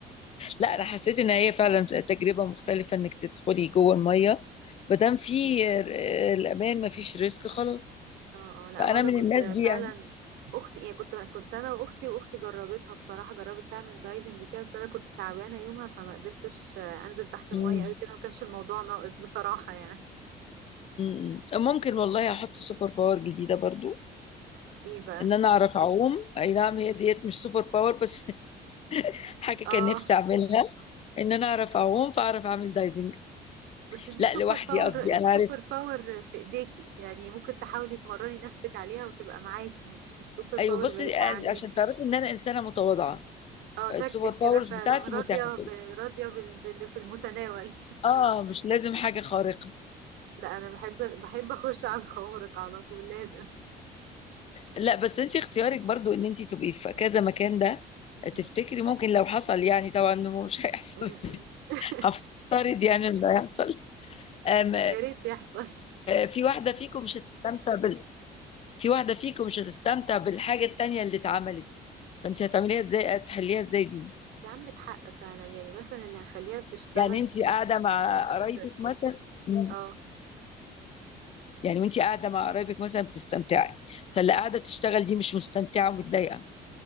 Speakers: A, on the left; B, on the right.
A: لا انا حسيت ان هي فعلا تجربه مختلفه انك تدخلي جوه الميه ما دام في آه، الامان ما فيش ريسك خلاص
B: اه اه لا
A: فانا
B: مره
A: من
B: كنت
A: الناس دي
B: فعلا
A: يعني
B: اختي يعني كنت كنت انا واختي واختي جربتها بصراحه جربت تعمل دايفنج وكده بس انا كنت تعبانه يومها فما قدرتش آه، انزل تحت الميه
A: مم.
B: قوي كده ما كانش الموضوع ناقص بصراحه يعني
A: مم. ممكن والله احط سوبر باور جديده برضو
B: ايه بقى
A: ان انا اعرف اعوم اي نعم هي ديت مش سوبر باور بس <laughs> حاجه كان
B: اه
A: نفسي اعملها ان انا اعرف اعوم فاعرف اعمل دايفنج
B: بس دي
A: لا
B: سوبر
A: لوحدي
B: باور
A: قصدي انا
B: سوبر
A: عارف
B: باور في ايديكي يعني ممكن تحاولي تمرني نفسك عليها وتبقى معاكي مش مش سوبر باور
A: ايوه بصي
B: بعيده عنك
A: عشان تعرفي ان انا انسانه متواضعه
B: اه شكلك
A: السوبر باورز
B: كده فعلا
A: بتاعتي
B: راضيه
A: متاحه
B: ب... راضيه بال... باللي في المتناول
A: اه مش لازم حاجه خارقه
B: لا انا بحب بحب اخش على الخوارق على طول لازم
A: لا بس انت اختيارك برضو ان انت تبقي في كذا مكان ده
B: م-
A: تفتكري ممكن لو حصل يعني طبعا إنه مش هيحصل
B: م- م. <laughs>
A: <laughs> هفترض يعني انه هيحصل أم
B: يا ريت يحصل
A: آه، في واحده فيكم مش هتستمتع بال في واحده فيكم مش هتستمتع بالحاجه التانيه اللي اتعملت فانت هتعمليها ازاي هتحليها ازاي دي
B: انت عندك حق فعلا يعني مثلا اللي هخليها بتشتغل
A: يعني انت قاعده مع
B: مش هت
A: قرايبك مثلا مم.
B: اه
A: يعني وانت قاعده مع قرايبك مثلا بتستمتعي فاللي قاعده تشتغل دي مش مستمتعه ومتضايقه